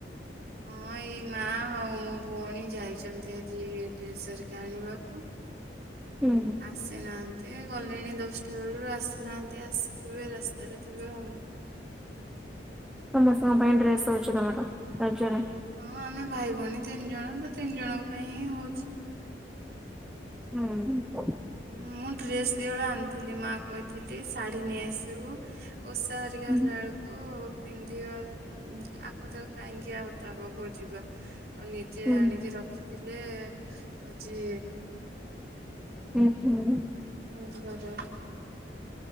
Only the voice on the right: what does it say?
ହଁ ଏଇ ମା ଆଉ ମୋ ଭଉଣୀ ଯାଇଛନ୍ତି ଆଜି ଡ୍ରେସର କ ଆଣିବାକୁ।
ଆସେ ନା। ଏତେ ଗଲେଣି ଦଶଟା ବେଳରୁ ଆସିନାହାନ୍ତି ଆସିଥିବେ ରାସ୍ତାଟା ଥିବେ ଆଉ
ହଁ ଆମେ ଭାଇ ଭଉଣୀ ତିନି ଜଣ ତ ତିନି ଜଣଙ୍କ ପାଇଁ ହିଁ ହଉଛି।
ମୁଁ ଡ୍ରେସ୍ ଦିି ହଳ ଆଣିଥିଲି ମା କଇଥିଲେ ଶାଢୀ ନେଇ ଆସିବୁ। ଓଷା ହେରିକା
ହେଲା ଏଳୁକୁ। ପିନ୍ଧିବାକୁ ଆକୁ ତାକୁ କାହିଁକି ଆଉ ତା ପାଖକୁ ଯିବା। ଆଉ ନିଜେ
ଆଣିକି ରଖିଥିଲେ ହଉଚି
ମୁଁ ଭର